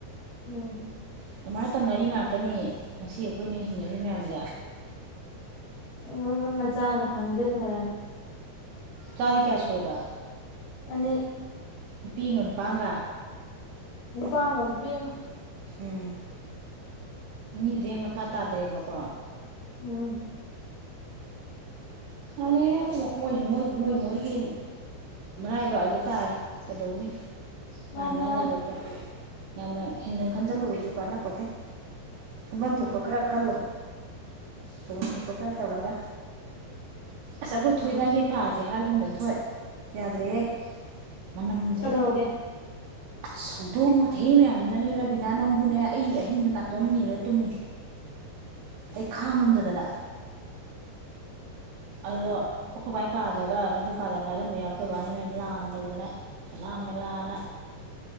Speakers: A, on the left (about 70°); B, on the right (about 75°).
A: ꯎꯝ
B: ꯑꯗꯨꯃꯥꯏꯅ ꯇꯝꯅꯔꯤ ꯉꯥꯛꯇꯅꯤ ꯉꯁꯤ ꯑꯩꯈꯣꯏꯅ ꯍꯤꯡꯅꯔꯤ ꯃꯌꯥꯝꯁꯦ
A: ꯃꯣꯏ ꯃꯣꯏ ꯃꯆꯥꯅ ꯐꯪꯖꯅꯤ ꯃꯔꯥꯏꯅ
B: ꯆꯥꯗꯤ ꯀꯌꯥ ꯁꯨꯔꯕ
A: ꯑꯅꯤ
B: ꯅꯨꯄꯤꯒ ꯅꯨꯄꯥꯒ
A: ꯅꯨꯄꯥ ꯑꯃ ꯅꯨꯄꯤ ꯑꯃ
B: ꯎꯝ ꯃꯤꯗꯨꯗꯤꯩ ꯃꯈꯥ ꯇꯥꯗ꯭ꯔꯦꯕꯀꯣ
A: ꯎꯝ
B: ꯍꯅꯦꯅꯦ ꯃꯣꯏꯁꯨ ꯃꯣꯏ ꯃꯣꯏꯒꯤ ꯃꯔꯥꯏꯕ ꯍꯥꯏꯗ ꯇꯥꯔꯦ ꯀꯩꯗꯧꯅꯤ ꯃꯥꯥꯏ
A: ꯃꯥꯅꯦ
B: ꯃꯥꯏ
A: ꯃꯥꯅꯦ
B: ꯂꯥꯏꯕꯛꯇ ꯌꯥꯝꯅ ꯍꯦꯟꯗꯟ ꯈꯟꯖꯤꯜꯂꯨꯨꯔꯁꯨ ꯀꯥꯟꯅꯄꯣꯠꯇꯦ ꯈꯟꯐꯝ
A: ꯎꯝ
B: ꯊꯣꯛꯄ ꯈꯔ ꯈꯜꯂꯣ ꯇꯣꯐꯝ ꯊꯣꯛꯣꯄ ꯈꯔ ꯇꯧꯔꯒ ꯑꯁ ꯑꯩꯈꯣꯏ ꯊꯣꯏꯕꯥꯒꯤ ꯀꯥꯖꯦ ꯍꯥꯏꯒꯨꯝꯅ ꯏꯊꯣꯏ ꯌꯥꯗ꯭ꯔꯦꯌꯦ ꯃꯅꯝꯁꯦ
A: ꯀꯗꯧꯔꯒꯦ
B: ꯁꯧꯗꯣꯡ ꯃꯊꯤ ꯃꯌꯥꯝꯁꯤꯅ ꯔꯥꯕꯤꯅꯥ ꯅꯪꯕꯨꯅꯦ ꯑꯩ ꯑꯍꯤꯡꯗ ꯅꯥꯇꯣꯟ ꯃꯦꯜꯂ ꯇꯨꯝꯃꯤ ꯑꯩ ꯈꯥꯡꯉꯝꯗꯗꯅ ꯑꯗꯨꯗꯣ ꯑꯩꯈꯣꯏ ꯕꯥꯏ ꯀꯥꯗꯒ ꯂꯥꯏꯅꯤꯡꯗꯧ ꯀꯥꯗ ꯐꯥꯏꯔꯝꯕ ꯌꯥꯎꯏ ꯑꯩꯈꯣꯏ ꯕꯥꯅ ꯏꯃꯩ ꯂꯥꯟ ꯇꯧꯗꯅ ꯀꯂꯥ ꯃꯦꯂꯥꯅ